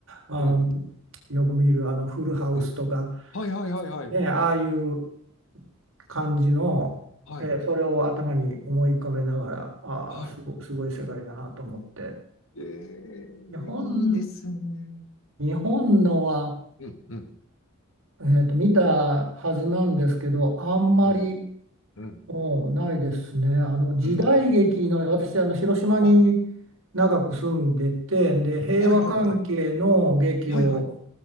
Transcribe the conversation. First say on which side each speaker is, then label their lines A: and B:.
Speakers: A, on the right (about 85°); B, on the left (about 75°).
A: あの
B: うん、
A: よく見るあのフルハウスとか、
B: うん。はいはいはいはい。
A: ね、ああいう感じの、
B: はい、
A: ええ、それを頭に思い浮かべながら、ああ、
B: は
A: すご、すごい世界だなと思って。
B: い。えー、
A: 日本、
B: いいですね。
A: 日本のは、
B: うん、うん、
A: えーと、見たはずなんですけど、あんまり
B: うん、うん、
A: もうないですね。あの時代劇の、
B: うん。
A: 私、あの広島に
B: あ、
A: 長く住んでて、で、平和関係の劇を
B: はいはいはい。はいはい。